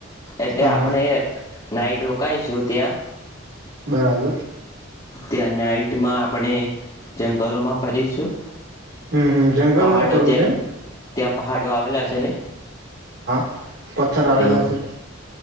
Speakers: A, on the left; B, on the right.
A: એટલે
B: હા
A: આપણે
B: હા
A: નાઈટ રો. પકઈશું ત્યાં.
B: બરાબર.
A: ત્યા નાઈટમાં આપણે જંગલોમાં ફરીશું.
B: હમ હમ જંગલમાં
A: પહાડો
B: ફરવું
A: ત્યાં
B: છે એમ
A: ત્યાં પહાડો આવેલા છે ને.
B: <inaudible> પથ્થર આવેલા
A: એવું
B: છે.